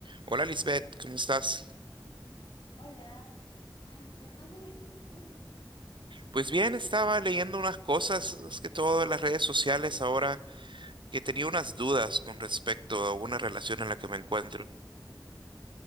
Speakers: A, on the right; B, on the left.
A: Hola Lisbeth, ¿cómo estás?
B: Hola. Ay, pues más o menos. ¿Y tú?
A: Pues bien, estaba leyendo unas cosas, es que todo en las redes sociales ahora, que tenía unas dudas con respecto a una relación en la que me encuentro.